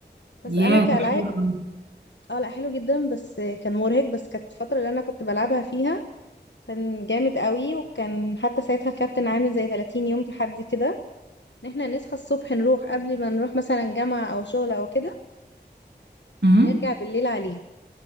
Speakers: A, on the left (about 85°); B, on the right (about 70°).
A: بس
B: يا
A: أنا كألعاب
B: ده حلو قوي
A: اه لا حلو جدا بس كان مرهق بس كانت الفترة اللي أنا كنت بلعبها فيها كان جامد قوي وكان حتى ساعتها الكابتن عامل زي 30 يوم تحدي كده ان احنا نصحى الصبح نروح قبل ما نروح مثلا جامعة او شغل او كده
B: أمم،
A: ونرجع بالليل عليه